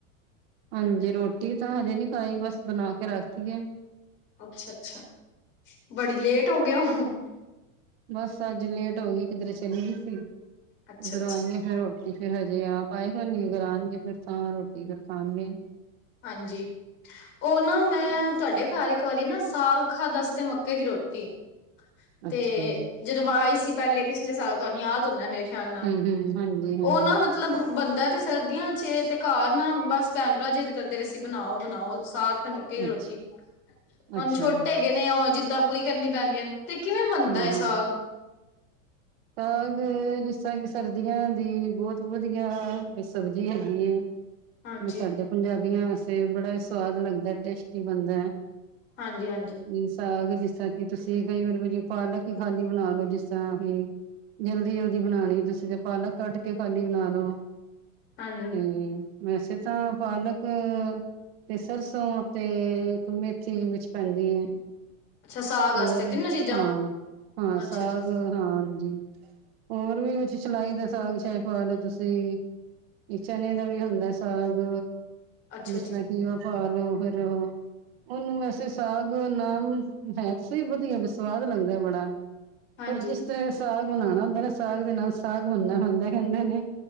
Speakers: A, on the right; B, on the left.
A: ਹਾਂਜੀ, ਰੋਟੀ ਤਾਂ ਹਜੇ ਨੀ ਖਾਈ, ਬਸ ਬਨਾ ਕੇ ਰੱਖ ਤੀ ਐ।
B: ਅੱਛ ਅੱਛਾ, ਬੜੀ ਲੇਟ ਹੋ ਗੇ ੳ।
A: ਬਸ ਅੱਜ ਲੇਟ ਹੋ ਗਈ। ਕਿਧਰੇ ਚਲੀ ਗੀ ਸੀ,
B: ਅੱਛਾ
A: ਉੱਧਰੋਂ
B: ਅੱਛਾ
A: ਆਈ ਆਂ ਫੇਰ ਰੋਟੀ ਫੇਰ ਹਜੇ ਆਪ ਆਏ ਕੋਈ ਨੀ ਅਗਰ ਆਨਗੇ, ਫੇਰ ਤਾਂ ਰੋਟੀ ਫੇਰ ਖਾਨਗੇ।
B: ਹਾਂਜੀ। ਓ ਨਾ ਮੈਂ ਤਾਡੇ ਘਰ ਇੱਕ ਵਾਰੀ ਨਾ ਸਾਗ ਖਾਧਾ ਸੀ ਤੇ ਮੱਕੇ ਦੀ ਰੋਟੀ। ਤੇ
A: ਅੱਛਾ ਜੀ
B: ਜਦੋ ਮੈਂ ਆਈ ਸੀ ਪੈਲੇ ਪਿਛਲੇ ਸਾਲ। ਤਾਨੂੰ ਯਾਦ ਹੁੰਨੈ ਮੇਰੇ ਖਿਆਲ ਨਾਲ
A: ਹੂੰ ਹੂੰ ਹਾਂਜੀ ਹਾਂਜੀ
B: ਓ ਨਾ, ਮਤਲਬ ਬਨਦਾ ਤੇ ਸਰਦੀਆਂ ਚ ਏ ਤੇ ਘਰ ਨਾ ਬਸ ਭੈਣ- ਭਰਾ ਜਿੱਦ ਕਰਦੇ ਪੇਸੀ ਬਨਾਓ-ਬਨਾਓ ਸਾਗ ਤੇ ਮੱਕੀ ਦੀ ਰੋਟੀ।
A: ਅੱਛਾ
B: ਹੁਨ
A: ਅੱਛਾ
B: ਛੋਟੇ ਹੈਗੇ ਨੇ ਉਹ, ਜਿੱਦਾਂ ਪੂਰੀ ਕਰਨੀ ਪੈਂਦੀਆਂ ਨੇ ਤੇ ਕਿਵੇਂ ਬਨਦਾ
A: ਹਾਂ
B: ਏ
A: ਹਾਂ
B: ਸਾਗ?
A: ਸਾਗ ਜਿਸ ਤਰ੍ਹਾਂ ਕਿ ਸਰਦੀਆਂ ਦੀ ਬੌਤ ਵਧੀਆ ਰੇ ਸਬਜੀ ਹੇਗੀ ਏ
B: ਹਾਂਜੀ
A: ਬੀ ਸਾਡੇ ਪੰਜਾਬੀਆਂ ਤੇ ਬੜਾ ਈ ਸਵਾਦ ਲੱਗਦੈ ਟੇਸਟੀ ਬਨਦੈ
B: ਹਾਂਜੀ ਹਾਂਜੀ
A: ਨੀ ਸਾਗ ਜਿਸ ਤਰ੍ਹਾਂ ਕਿ ਕਿ ਤੁਸੀ ਕਈ ਵਾਰੀ ਵੀ ਜੀ ਪਾਲਕ ਈ ਖਾਲੀ ਬਨਾ ਲੋੋ, ਜਿਸ ਤਰ੍ਹਾਂ ਕਿ ਜਲਦੀ-ਜਲਦੀ ਬਣਾਣੀ ਤੁਸੀ ਤੇ ਪਾਲਕ ਕੱਟ ਕੇ ਖਾਲੀ ਬਣਾ ਲਓ।
B: ਹਾਂਜੀ।
A: ਹੁੰ ਵੈਸੇ ਤਾਂ ਪਾਲਕ ਤੇ ਸਰਸੋਂ ਤੇ ਇੱਕ ਮੇਥੀ ਵਿੱਚ ਪੈਂਦੀ ਏ।
B: ਅੱਛਾ ਸਾਗ ਵਾਸਤੇ
A: ਹੋਰ
B: ਤਿੰਨੋ ਚੀਜ਼ਾਂ
A: ਹਾਂ ਹਾਂ
B: ਅੱਛਾ
A: ਸਾਗ
B: ਜੀ
A: ਹਾਂ ਜੀ। ਹੋਰ ਵੀ ਕੁਛ ਸ਼ਲਾਈ ਦਾ ਸਾਗ ਚਾਏ ਪਾ ਲੋ ਤੁਸੀ। ਚਨੇ ਦਾ ਵੀ ਹੁੰਦੈ ਸਾਗ।
B: ਅੱਛਾ
A: ਜਿਸ ਤਰ੍ਹਾਂ
B: ਜੀ
A: ਕੀ ਓ ਪਾਲੋ, ਫੇਰ ਉਨੂੰ ਵੈਸੇ ਸਾਗ ਨਾਮ ਹੈ ਤੇ ਸਈ ਵਧੀਆ ਵੀ ਸਵਾਦ ਲੱਗਦੈ ਬੜਾ,
B: ਹਾਂਜੀ
A: ਪਰ ਜਿਸ ਤੇ ਸਾਗ ਬਨਾਣਾ ਹੁੰਦਾ ਨਾ ਸਾਗ ਦੇ ਨਾਲ ਸਾਗ ਬਨਨਾ ਪੈਂਦਾ ਕੈਂਦੇ ਨੇ